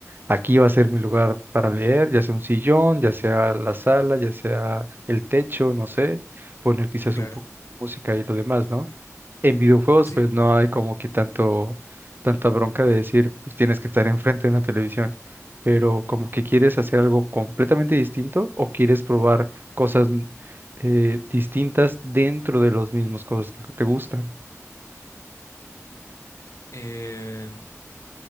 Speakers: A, on the right (about 40°); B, on the left (about 65°).
A: aquí va a ser mi lugar para leer, ya sea un sillón, ya sea la sala, ya sea el techo, no sé, poner quizás
B: Claro.
A: un poco de música y lo demás, ¿no? En videojuegos,
B: Sí.
A: pues no hay como que tanto, tanta bronca de decir, pues tienes que estar enfrente de una televisión, pero como que quieres hacer algo completamente distinto o quieres probar cosas mm, eh, distintas dentro de los mismos cosas que te gustan.
B: eh,